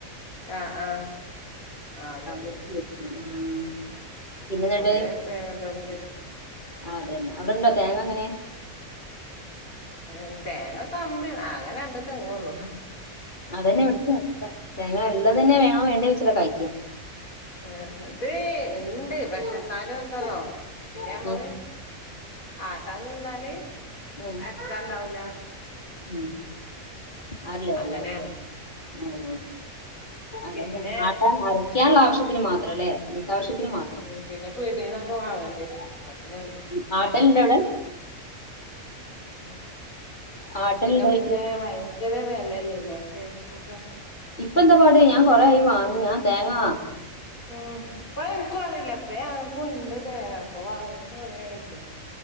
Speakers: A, on the left (about 90°); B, on the left (about 35°).
A: ആ ആ ആ അതന്നെ
B: ഓർക്ക് പറ്റും ഉം
A: ഉം
B: പിന്നെ എന്നിട്ട്
A: കൊറേതേങ്ങള്ളോർക്കറ്റും
B: ആ അതന്നെ അവിടെണ്ടോ തേങ്ങ അങ്ങനെ
A: ഏ തേങ്ങ കമ്മിയാണ് ആകെ രണ്ട് തേങ്ങ് ഉള്ളൂ
B: അതന്നെ ഇവിടത്തെ അവസ്ഥ തേങ്ങ
A: ഉം
B: ഉള്ളത് തന്നെ വേണോ വേണ്ടേ വെച്ചിട്ട കായ്ക്കാ
A: ആ ഇത് ഇണ്ട് പക്ഷെ ഇന്നാലും എന്താന്നോ പിന്നെ നമ്മളെ
B: ഉം
A: ആട്ടാൻ നിന്നാല്
B: ഉം
A: അരക്കാണ്ടാവൂല
B: ഉം അരലേ വല്ല
A: അങ്ങനെയാണ്
B: <unintelligible> അതെ
A: പിന്നെ
B: ആട്ടാൻ അരക്കാനുള്ള ആവശ്യത്തിന് മാത്രം അല്ലേ വീട്ട് ആവശ്യത്തിന് മാത്രം
A: ഉം പിന്നെ പീട്യേന്നൊക്കെ വാങ്ങണ്ടിവരും അങ്ങനെ
B: ഉം ആട്ടല്ലില്ലേവ്ടെ
A: ഉം ചെർതിന്
B: ആട്ടലുണ്ടോ
A: ഇതിന് മുന്നെ
B: ചോദിക്കാ
A: മയങ്ങി യെങ്കെരെ വെലല്ലേ ഇന്ന് തേങ്ങക്കൊക്കെ
B: ഇപ്പൊ എന്താ പാട് ഞാ കൊറേയ് വാങ്ങ് ഞാൻ തേങ്ങാ
A: ഉം പ്പ ൻക്കും അറിയില്ല ഇപ്പോ ഞങ്ങ്ക്കുണ്ട് തേങ്ങ പ്പോ വാങ്ങിട്ട് കുറേ ആയിക്ക്ണ്